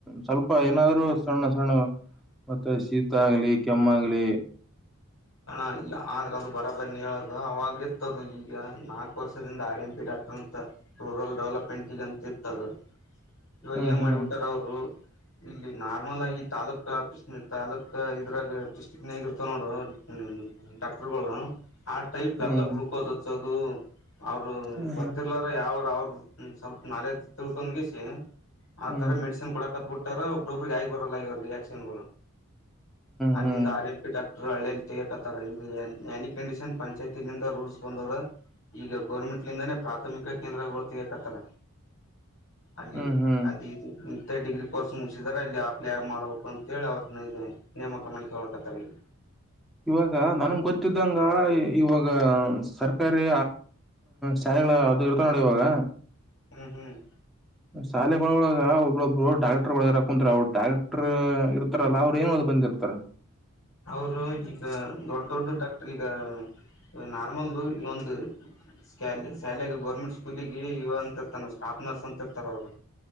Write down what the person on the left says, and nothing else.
ಹಣ ಆದ್ರ ಅದು ಬರಬರಿ ನೀ ಅ ಅವಾಗ ಇರ್ತದ ಈಗ ನಾಲ್ಕು ವರ್ಷದಿಂದ ಆರ್ ಎಂ ಪಿ ಡಾಕ್ಟ ಅಂತ ರೂರಲ್ ಡೆವಲಪ್ಮೆಂಟ್ಗಂತ ಇರ್ತದ ಇವಾಗ
ಏನ್
ಮಾಡಿಬಿಟ್ಟಾರ ಅವರು ಇಲ್ಲಿ ನಾರ್ಮಲ್ ಆಗಿ ತಾಲೂಕ ತಾಲೂಕಕ್ ಇದ್ರಾಗ ಡಿಸ್ಟ್ರಿಕ್ ನೇ ಆಗಿರ್ತ ನೋಡು ಹ್ಞ ಡಾಕ್ಟರ್ ಬೋಲ ಹಾ್ಟಟೈಪ್ ಕಲ್ಲ್ಲ
ಗ್ಲಲುಕೋಸ್ ಗು ಅವರು
ಗೊತ್ತಿರ್ಲಾರ ಯಾವ್ರ ಅವರು ಹ್ಮ ಸ್ವಲ್ಪ ನಾಳೆ ತಿಳ್ಕೊೊಂಡಗಿಸಿ ಆ
ತರ ಮೆಡಸನ್ ಕೊಡಕತ್ಬ ಬಿಟ್ಟು ರ ಪ್ರಬ ಗಬರ ರರಿಕ್ಷನ್ ಅಲ್ಲಿಂದ
ಆರಂಪಿ ಡಾಕ್ಟರ್ ಹಳ್ಳೇ' ತಕತ್ತಾರ ಈ ನಿ ಕಂಡೀಷನ್ ಪಂಚಾಯತಿಂದ ರೂಲ್ಸ್ ಬಂದ್ರ ಈಗ ಗೌರ್ಮೆಂಟ್ಲಿಂದೇ ಪ್ರಾಥಮಿಕ ಕೇಂದ್ರಗಳು ಕಕತರ ಅಲ್ಲಿ
ಅದ ಇದು ಡಿಗ್ರಿ ಕೋರ್ಸ್ ಮುಗಿಸಿದಿದ್ದಾರೆ ಅಲ್ಲಿ ಅಪ್ಲೈ ಆ ಮಾಡಬೇಕು ಅಂತೇಳಿ ಅವ್ರ ಇ ನೇಮಕ ಮಾಡಳಿಕಕತಾರೆಲ್ಲಿ
ಹ್ಮ್ ಹ್ಮ್
ಅವರು ಈಗ ದೊಡ್ಡ ದೊಡ್ಡ ಡಾಕ್ಟರ್ ಈಗ ನಾರ್ಮಲ್ಲ ಈ ಒಂದು ಶಾಲ ಶಾಲೆೆಗೆ ಗೌರ್ಮೆಂಟ್ ಸ್ಕೂಲಿಗೆ ಯುವ ಅಂತಿರ್ತಾನ ಸ್ಟಾಫ್ ನರ್ಸ್ ಅಂತಿರ್ತಾರ ಅವರು